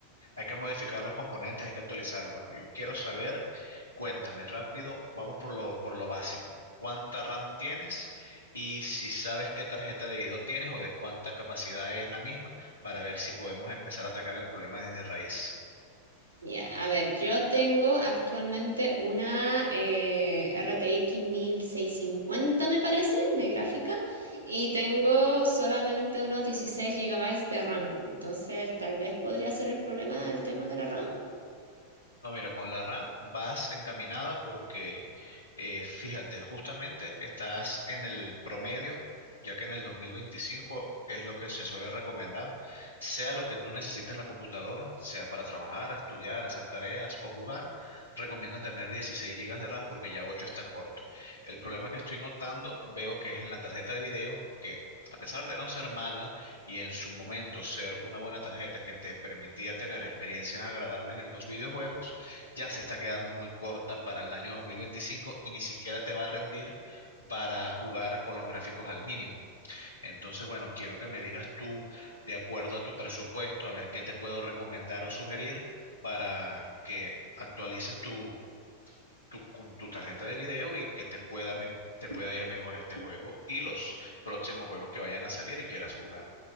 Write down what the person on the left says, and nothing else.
hay que modificar los componentes, hay que actualizarlo. Bueno, yo quiero saber, cuéntame rápido, vamos por lo, por lo básico. ¿Cuánta RAM tienes? Y si sabes qué tarjeta de video tienes o de cuánta capacidad es la misma, para ver si podemos empezar a atacar el problema desde raíz.
No, mira, con la RAM vas encaminada porque, eh, fíjate, justamente estás en el promedio, ya que en el 2025 es lo que se suele recomendar, sea lo que tú necesites la computadora, sea para trabajar, estudiar, hacer tareas o jugar, recomiendan tener 16 gigas de RAM porque ya 8 está corto. El problema que estoy notando, veo que es en la tarjeta de video, que a pesar de no ser mala y en su momento ser una buena tarjeta que te permitía tener experiencias agradables en los videojuegos, ya se está quedando muy corta para el año 2025 y ni siquiera te va a rendir para jugar con los gráficos al mínimo. Entonces, bueno, quiero que me digas tú, de acuerdo a tu presupuesto, a ver qué te puedo recomendar o sugerir para que actualices tu, tu, con tu tarjeta de video y que te pueda, me- te pueda ir mejor este juego y los próximos juegos que vayan a salir y quieras jugar.